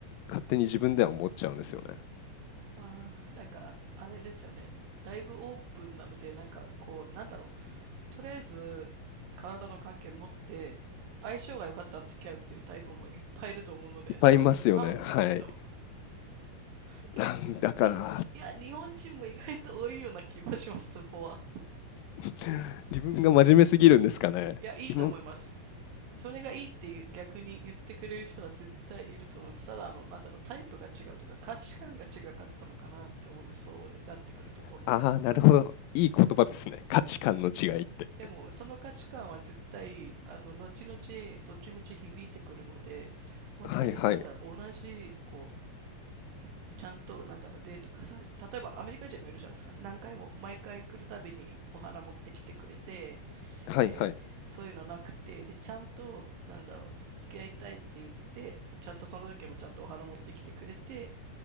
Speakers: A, on the left; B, on the right.
A: 勝手に自分では思っちゃうんですよね。
B: ああ、なんかあれですよね。だいぶオープンなので、なんかこう、なんだろう。とりあえず体の関係持って相性が良かったら付き合うっていうタイプもいっぱいいると思うので多分多分ですけど
A: いっぱいいますよね。はい。
B: <laughs>
A: なんだから
B: 日本いや日本人も意外と多いような気もしますそこは
A: <laughs> 自分が真面目すぎるんですかね。
B: いやいいと思います
A: 今、
B: それがいいっていう逆に言ってくれる人は絶対いると思いますただあのなんだろうタイプが違うとか価値観が違かったのかなって思いますそうなってくると今度は
A: ああ、なるほど。いい言葉ですね。
B: うん
A: 価値観の違いって。
B: でも、その価値観は絶対、あの、後々、どっちみち響いてくるので、
A: <laughs>
B: 本当に、
A: はいはい。
B: なんだろう、同じ、こう、ちゃんと、なんだろう、デート重ねて、例えばアメリカ人もいるじゃないですか。何回も、毎回来るたびにお花持ってきてくれて、
A: はいはい。
B: で、そういうのなくて、で、ちゃんと、なんだろう、付き合いたいって言って、ちゃんとその時もちゃんとお花持ってきてくれて、